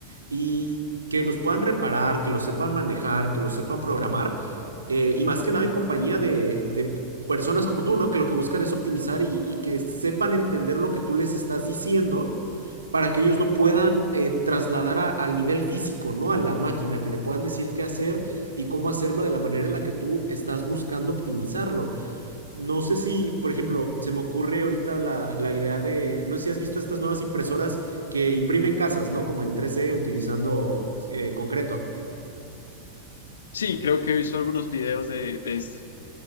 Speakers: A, on the right; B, on the left.
A: y que los puedan reparar, que los sepan manejar, que los sepan programar eh, y más que nada en compañía de, de personas como tú, ¿no? Que lo que buscan es optimizar y, y que sepan entender lo que tú les estás diciendo para que ellos lo puedan eh, trasladar a- al nivel físico, ¿no? A la máquina, que le puedan decir qué hacer y cómo hacerlo de la manera en la que tú estás buscando optimizarlo. No sé si, por ejemplo, se me ocurre ahorita la, la idea de, no sé si has visto estas nuevas impresoras que imprimen casas, ¿no? Como en 3D utilizando eh, concreto.
B: Sí, creo que he visto algunos videos de, de esto.